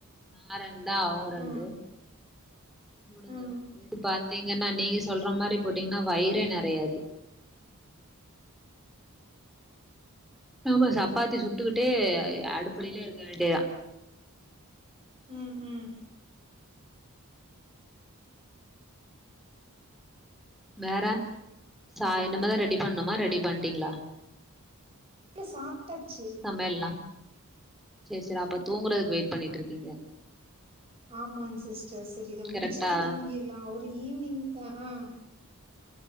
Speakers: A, in the centre; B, on the right.
A: நாரா ரெண்டா அவங்க ரெண்டு
B: ஆ
A: முடிஞ்சிடு
B: ஆ
A: இது பாத்தீங்கன்னா நீங்க சொல்ற மாரி போட்டீங்கன்னா வயிறே நெறையாது ஆமா சப்பாத்தி சுட்டுக்கிட்டே
B: ஓகே.
A: அடுப்படியிலயே இருக்க வேண்டியதா
B: ம் ம்
A: வேற சா இனிமதா ரெடி பண்ணமா ரெடி பண்ட்டீங்களா
B: இ சாப்ட்டாச்சு
A: சமையல்லா சேரி சேரி அப்ப தூங்குறதுக்கு வெயிட் பண்ணிட்ருக்கீங்க
B: ஆமாங்க சிஸ்டர் சரி இத
A: கரெக்டா
B: முடிச்சுட்டு தூங்கிரலா அவரு ஈவினிங் ஆ ஆ